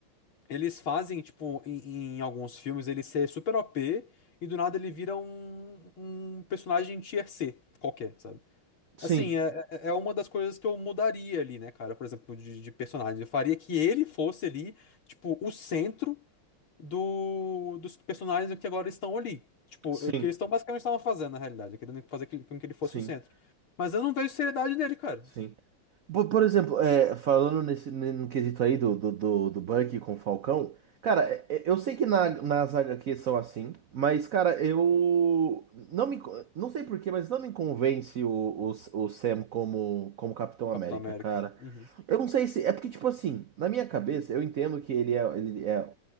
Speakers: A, on the left; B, on the right.
A: Eles fazem, tipo, em, em alguns filmes ele ser super OP e do nada ele vira um, um personagem tier C qualquer, sabe?
B: Sim,
A: Assim, é, é é uma das coisas que eu mudaria ali, né, cara? Por exemplo, de, de personagem. Eu faria que ele fosse ali, tipo, o centro do- dos personagens que agora estão ali. Tipo,
B: sim,
A: o que eles estão basicamente estavam fazendo, na realidade, querendo fazer que- com que ele fosse
B: sim,
A: o centro. Mas eu não vejo seriedade nele, cara.
B: sim. Por, por exemplo, é, falando nesse no quesito aí do, do, do, do Bucky com o Falcão, cara, é- é- eu sei que na, nas HQs são assim, mas, cara, eu não me, co- não sei por quê, mas não me convence o, o, o Sam como, como Capitão América,
A: Capitão América.
B: cara.
A: Uhum.
B: Eu não sei se. É porque, tipo assim, na minha cabeça, eu entendo que ele é. Ele é